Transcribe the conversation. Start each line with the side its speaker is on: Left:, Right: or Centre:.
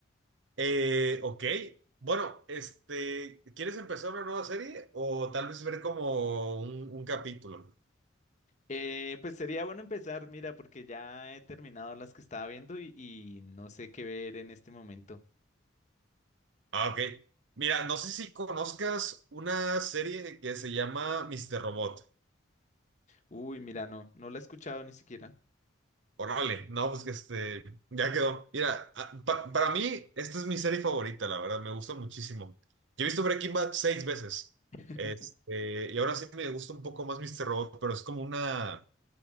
Right: Eh, ok, bueno, este, ¿quieres empezar una nueva serie o tal vez ver como un, un capítulo?
Left: Eh, pues sería bueno empezar, mira, porque ya he terminado las que estaba viendo y, y no sé qué ver en este momento.
Right: Ah, ok. Mira, no sé si conozcas una serie que se llama Mr. Robot.
Left: Uy, mira, no, no la he escuchado ni siquiera.
Right: Órale, no, pues que este, ya quedó. Mira, a- pa- para mí esta es mi serie favorita, la verdad, me gusta muchísimo. Yo he visto Breaking Bad seis veces.
Left: <laughs>
Right: Este, y ahora sí me gusta un poco más Mr. Robot, pero es como una